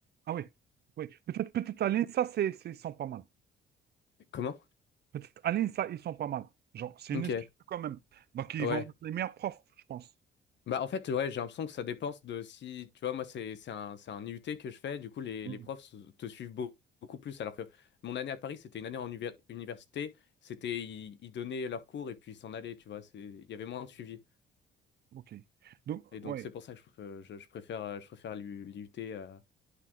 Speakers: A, on the right; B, on the left.
A: Ah oui, oui. Peut-être peut-être à l'INSA, c'est, c'est- ils sont pas mal.
B: Comment?
A: Peut-être à l'INSA, ils sont pas mal. Genre, c'est
B: Ok.
A: une institut quand même. Donc, ils
B: Ouais.
A: vont mettre les meilleurs profs, je pense.
B: Bah en fait ouais j'ai l'impression que ça dépense de si tu vois moi c'est c'est un c'est un IUT que je fais du coup les,
A: Hmm,
B: les profs se- te suivent beau- beaucoup plus alors que mon année à Paris c'était une année en univers- université c'était ils, ils donnaient leurs cours et puis ils s'en allaient tu vois c'est il y avait moins de suivi
A: OK. Donc,
B: et donc
A: ouais,
B: c'est pour ça que je, euh, je, je préfère euh, je préfère l'U- l'IUT euh.